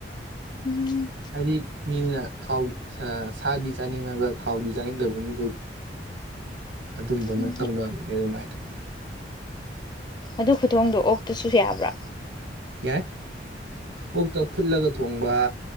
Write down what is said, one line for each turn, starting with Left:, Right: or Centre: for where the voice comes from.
Left: ꯎꯝ
Right: ꯃꯤ ꯃꯤꯅ ꯊꯥꯎ ꯁꯥꯗꯤ ꯆꯥꯅꯤꯡꯉꯒ ꯊꯥꯎꯗꯤ ꯆꯥꯅꯤꯡꯗꯕ ꯃꯤꯗ ꯑꯗꯨꯝꯕꯅ
Left: ꯎꯝ
Right: ꯇꯧꯅꯕꯅꯦ ꯑꯗꯨꯃꯥꯏꯅ
Left: ꯑꯗꯨ ꯈꯨꯊꯣꯡꯗꯣ ꯑꯣꯛꯇꯁꯨ ꯌꯥꯕ꯭ꯔꯥ
Right: ꯌꯥꯏ ꯑꯣꯛꯇ ꯐꯨꯠꯂꯒ ꯊꯣꯡꯕ